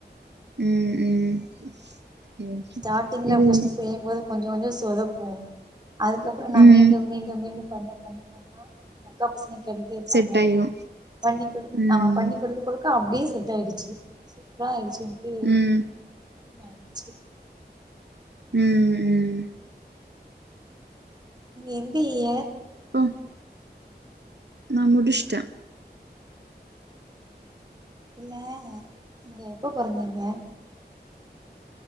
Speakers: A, on the right (about 75°); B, on the right (about 25°).
A: ம் ம் சரி.
B: ஸ்டாட்டிங்ல
A: இது
B: ஃபஸ்ட்டு செய்யும்போது கொஞ்சோ கொஞ்சோ சொதப்பும் அதுக்கப்பற நா
A: ம்
B: மீண்டும் மீண்டும் மீண்டும் பண்ண பண்ண பண்ண எங்க அக்கா பசங்க கேட்டுட்டே இருப்பாங்க
A: செட் ஆயிரு
B: பண்ணி கொடு
A: ம்
B: ஆமா பண்ணி கொடுக்க கொடுக்க அப்டே செ இதாய்டுச்சு சூப்பர ஆய்டுச்சு எனக்கே
A: ம்
B: ஞ்ய்டுச்சு
A: ம் ம்
B: நீங்க எந்த இயர்
A: அ நா முடிச்ட்ட
B: இல்ல நீங்க எப்ப பொறந்திங்க